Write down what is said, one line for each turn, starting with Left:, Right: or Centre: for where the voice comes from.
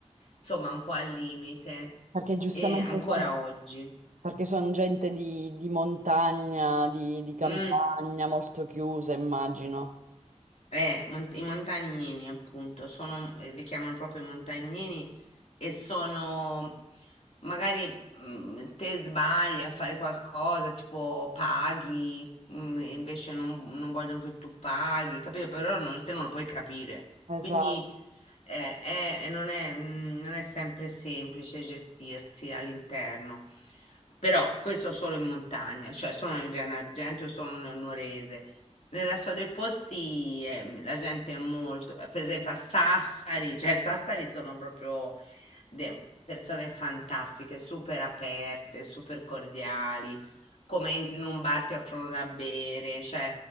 Left: insomma, un po' al limite,
Right: Perché giustamente
Left: e ancora
Right: son-
Left: oggi.
Right: perché sono gente di, di montagna, di, di campagna,
Left: Mm.
Right: molto chiusa immagino.
Left: Eh, mont- i montagnini, appunto, sono, eh, li chiamano proprio i montagnini e sono, mhmm, magari mm, te sbagli a fare qualcosa, tipo paghi, mm, e invece non, non vogliono che tu paghi, capito? Però non, te non lo puoi capire. Quindi
Right: Esatto.
Left: eh, è- è- non è, mm, non è sempre semplice gestirsi all'interno. Però questo solo in montagna, cioè solo nel Gennargentu, solo nel Nuorese. Nel resto dei posti ehm, la gente è molto, per esempio a Sassari, cioè Sassari sono proprio de- persone fantastiche, super aperte, super cordiali, come entri in un bar ti offrono da bere, cioè,